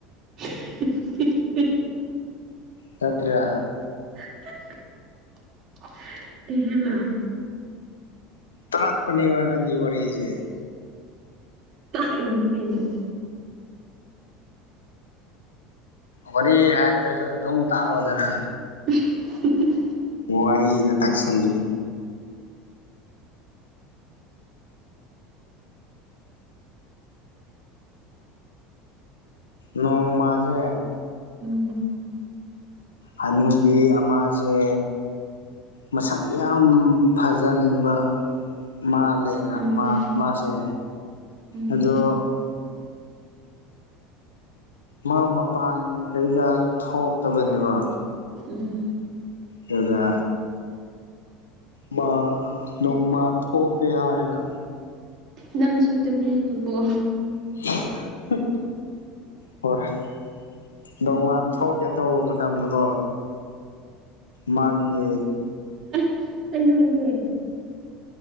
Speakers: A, on the right; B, on the left.
A: <unintelligible>
B: ꯅꯠꯇ꯭ꯔ
A: <unintelligible>
B: ꯇꯥꯛ ꯄꯅꯤꯕ ꯅꯪꯒꯤ ꯋꯥꯔꯤꯁꯦ
A: ꯇꯥꯛꯏꯅꯤ ꯀꯩꯅꯣ
B: ꯋꯥꯔꯤ ꯍꯥꯏꯗ꯭ꯔꯁꯨ ꯑꯗꯨꯝ ꯇꯥꯛꯑꯣꯗꯅ
A: <unintelligible>
B: ꯋꯥꯔꯤꯒꯥ ꯇꯛꯁꯜꯂꯤ ꯅꯣꯡꯃꯁꯦ
A: ꯎꯝ
B: ꯍꯅꯨꯕꯤ ꯑꯃꯁꯦ ꯃꯁꯛ ꯌꯥꯝ ꯐꯖꯅꯤꯡꯕ ꯃꯥꯜꯂꯦꯅ
A: ꯎꯝ
B: ꯃꯥ ꯃꯥꯁꯦ
A: ꯎꯝ
B: ꯑꯗꯣ ꯃꯥ ꯃꯄꯥꯟ ꯀꯩꯀꯥꯁꯨ ꯊꯣꯛꯇꯕꯅꯦꯕ
A: ꯎꯝ
B: ꯑꯗꯨꯗ ꯃꯥ ꯅꯣꯡꯃ ꯊꯣꯛꯀꯦ ꯍꯥꯏꯅ
A: ꯅꯪꯁꯨ ꯇꯨꯝꯅꯤ ꯑꯕꯣ
B: <unintelligible> ꯍꯣꯏ <unintelligible> ꯊꯣꯛꯀꯦ ꯇꯧꯔꯝꯕ ꯇꯝꯗꯀꯣ ꯃꯥꯒꯤ
A: ꯑ ꯑꯩ ꯍꯥꯏꯒꯦ